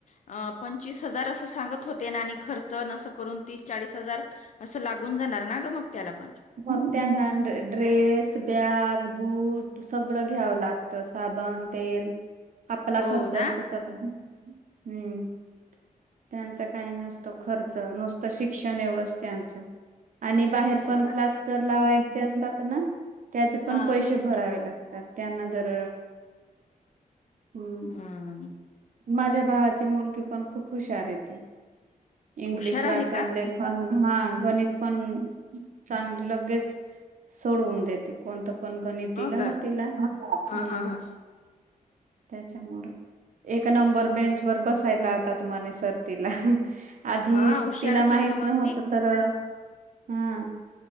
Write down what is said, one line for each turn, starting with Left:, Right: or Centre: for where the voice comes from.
Left: अ पंचवीस हजार असं सांगत होते ना, आणि खर्च नसं करून तीस, चाळीस हजार असं लागून जाणार ना ग मग त्याला पण.
Right: मग त्यांना ड्रेस, बॅग, बूट सगळं घ्यावं लागत. साबण, तेल आपला
Left: हो
Right: खर्च
Left: ना
Right: अस चा त्यांना, हम्म. त्यांच काही नसतो खर्च, नुसतं शिक्षण एवढंच त्यांचं. आणि बाहेर
Left: असं
Right: पण
Left: का
Right: क्लास तर लावायचे असतात ना. त्याचे
Left: हा
Right: पण पैसे भरावे लागतात. त्यांना जर, हम्म.
Left: हम्म
Right: माझ्या भावाची मुलगी पण खूप हुशार आहे ती. इंग्लिश
Left: हुशार आहे
Right: वाचन
Left: का
Right: लेखन, हा गणित पण चांगले लगेच, सोडवून देत. ते कोणतं पण गणित दिलं
Left: हो का
Right: ना तिला हम्म.
Left: हा हा हा
Right: त्याच्या मुळे. एक नंबर बेंच वर बसायला लावतात मने सर तीला. आधी
Left: हा हुशार
Right: तिला
Left: असेल
Right: माहित
Left: ग
Right: नव्हत
Left: मग ती
Right: तर ह.